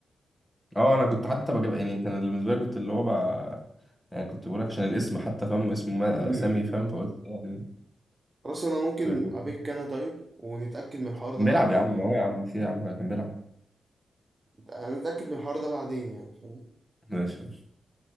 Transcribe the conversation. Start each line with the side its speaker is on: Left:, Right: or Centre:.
Centre: اه انا كنت حتى بجيب يعني كان اللي بالنسبه لي كنت اللي هو بقى يعني كنت بقول لك عشان الاسم حتى فاهم اسمه ما-
Right: امم
Centre: سامي
Right: امم.
Centre: فاهم فقلت يعني
Right: خلاص انا ممكن
Centre: خير. كان
Right: ابيك انا طيب ونتاكد من الحوار ده
Centre: بيلعب
Right: بعدين
Centre: يا عم
Right: يعني
Centre: هو يا عم في يا عم كان بيلعب
Right: هنتاكد من الحوار ده بعدين يعني فاهم
Centre: ماشي ماشي